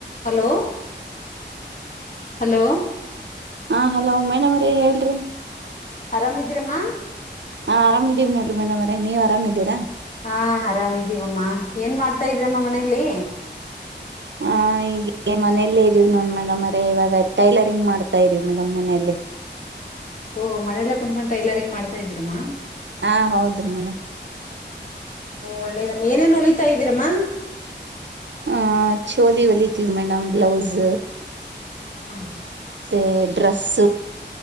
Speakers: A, on the left (about 45°); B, on the right (about 75°).
A: Hello hello
B: ಹಾ hello ಮನ ಮ್ರ ಹೇಳ್ರಿ
A: ಆರಾಮಿದೀರಮ್ಮ
B: ಹಾ ಆರಾಮಿದೀವಿ ನೋಡ್ರಿ ಮೇಡಮ್ರೆ ನೀವರಾಮಿದ್ದೀರಾ
A: ಹಾ ಆರಾಮಿದೀವಮ್ಮ ಏನ್ ಮಾಡ್ತಾ ಇದ್ರಮ್ಮ ಮನೇೆಯಲ್ಲಿ
B: ಹ ಈಗ ಮನೆಯಲ್ಲೇ ಇದೀವಿ ನೋಡ್ ಮೇಡಮ್ ಅ್ರ ಇವಾಗ ಟೈಲರಿಂಗ್ ಮಾಡ್ತಾ ಇದೀವಿ ಮೇಡಮ್ ಮನೇೆಯಲ್ಲಿ
A: ಓಹ ಮನೆಯಲ್ಲೇ ಕುತ್ಕೊಂಡು ಟೈಲರಿಂಗ್ ಮಾಡ್ತಾ ಇದ್ದೀರಮ್ಮಾ
B: ಹಾ ಹೌದ್ರಿ ಮೇಡಮ
A: ಒಳ್ಳೇದಮ್ಮ ಏನೇನ್ ಹೊಲಿತಾ ಇದ್ದೀರಮ್ಮ
B: ಆ ಚೋಲಿ ಒಲಿತೀವಿ ಮೇಡಮ್ ಬ್ಲೌಸ್
A: ಹ್ಮ
B: ಮತ್ತ ಡ್ರೆಸ್ಸ